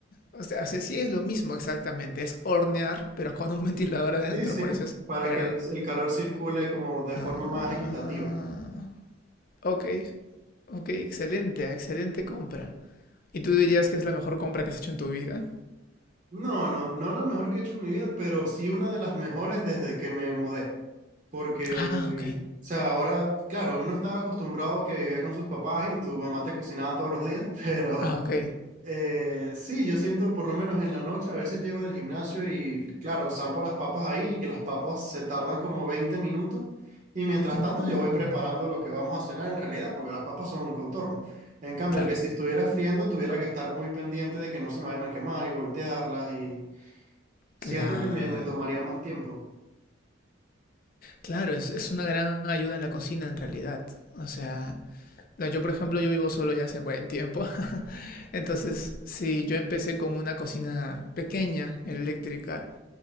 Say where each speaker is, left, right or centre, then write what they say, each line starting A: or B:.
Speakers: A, on the left; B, on the right.
A: O sea, o sea, sí es lo mismo exactamente. Es hornear, pero con un <laughs> ventilador adentro.
B: Sí, sí,
A: Por eso es
B: para
A: air
B: que el, el calor circule como de
A: Ah,
B: forma más equitativa.
A: ok, ok, excelente, excelente compra. ¿Y tú dirías que es la mejor compra que has hecho en tu vida?
B: No, no, no la mejor que he hecho en mi vida, pero sí una de las mejores desde que me mudé. Porque,
A: Ah, ok,
B: o sea, ahora, claro, uno estaba acostumbrado que vivía con sus papás y tu mamá te cocinaba todos los días, <laughs> pero
A: ah, ok.
B: Eh, sí, yo siento por lo menos en la noche, a veces llego del gimnasio y claro, zampo las papas ahí y que las papas se tardan como 20 minutos y mientras
A: Mm,
B: tanto yo voy preparando lo que vamos a cenar en realidad, porque las papas son un contorno. En cambio,
A: claro,
B: el que si estuviera friendo tuviera que estar muy pendiente de que no se me vayan a quemar y voltearlas y siento
A: claro.
B: que me, me tomaría más tiempo.
A: Claro, es, es una gran ayuda en la cocina en realidad. O sea, no, yo por ejemplo, yo vivo solo ya hace buen tiempo. <laughs> Entonces, sí, yo empecé con una cocina pequeña, eléctrica.